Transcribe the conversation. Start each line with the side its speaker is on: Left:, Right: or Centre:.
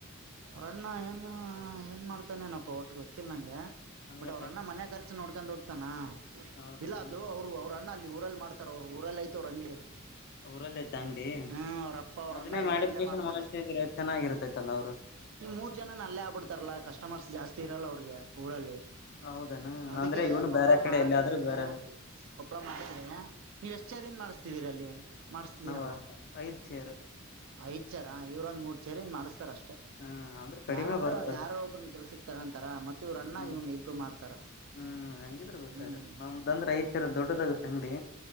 Right: ಅವ್ರಣ್ಣ ಏ ಏನ್ ಮಾಡ್ತಾನೇನಪ್ಪ ಒಟ್ಟಿಗೆ ಹೊಚ್ಚಿಲ್ಲ ನಂಗೆ
Left: ಅಂದ್ರ
Right: ಬಟ್ ಅವ್ರಣ್ಣ ಮನೆ ರ್ ನೋಡ್ಕೊಂಡ್ ಹೋಗ್ತಾನ
Left: ಹೌದನ
Right: ಇಲಾದು ಅವರು ಅವ್ರ ಅಲ್ಲಿ ಹಊರಲ್ ಮಾಡ್ತಾರ ಅವ್ರು ಊರಲ್ ಐತವ್ರು ಅಂಗಡಿ
Left: ಊರಲ್ಲಿ ಐತೆ ಅಂಗಡಿ
Right: ಹ್ಮ್ ಅವ್ರ ಅಪ್ಪ ಅವ್ರ
Left: ಅದನ್ನೇ
Right: ಅಣ್ಣ ಇಬ್ರು
Left: ಮಾಡಿಫಿಕೇಶನ್
Right: ಅಲ್ಲೇ ಮಾಡ್ತಾರ
Left: ಮಾಡತಿದ್ರೆ ಚೆನ್ನಾಗಿರ್ತೈತಲ್ಲ ಅವ್ರು
Right: ನೀ ಮೂರ್ ಜನ ಅಲ್ಲೇ ಆಗ್ಬ ಬಿಡ್ತಾರಲ್ಲ ಕಸ್ಟಮರ್ಸ್ ಜಾಸ್ತಿ ಇರಲ್ಲ ಅವ್ರಿಗೆ ಊರಲ್ಲಿ
Left: ಹೌದನ
Right: ಅದಿಕ್ಕೆ
Left: ಅಂದ್ರೆ ಇವನು
Right: ಕೊಪ್ಳ
Left: ಬೇರೆ ಕಡೆ
Right: ಮಾಡಿದ್ರೆ.
Left: ಎಲ್ಲಾದ್ರೂ ಬೇರೆ
Right: ಕೊಪ್ಳ ಮಾಡಿದ್ರಲ ನೀವ್ ಎಷ್ಟ ಚೆರಿಂದ್ ಮಾಡುಸ್ತಿದೀರ್ ಅಲ್ಲಿ. ಮಾಡಿಸ್ತಿದೀರಲ್ಲ
Left: ನವ ಐದ್ ಚೇರು.
Right: ಐದ್ ಚರಾ ಇವರೊಂದ್ ಮೂರ್ ಚೆರಿಂದ್ ಮಡುಸ್ತಾರ್ ಅಷ್ಟೇ.
Left: ಹ್ಮ್ ಅಂದ್ರೆ
Right: ನವಂದ್ರೆ
Left: ಕಡಿಮೆ ಬರ್ತಲ್ಲ
Right: ಯಾರೊ ಒಬ್ಬ್ರನ್ ಕೆಲ್ಸಕ್ ತಗೊಂತಾರ ಮತ್ ಇವ್ರ ಅಣ್ಣ
Left: ಹ್ಮ್
Right: ಇವ್ನು ಇಬ್ರು ಮಾಡ್ತಾರ.
Left: ಹ್ಮ್ ಹಂಗಿದ್ರ ಬೆಟರ್
Right: ಹ್ಮ್
Left: ಅವ್ನ್ ಬಂದ್ರ ಐದ್ತರ ದೊಡ್ಡದಾಗತ ಅಂಗಡಿ.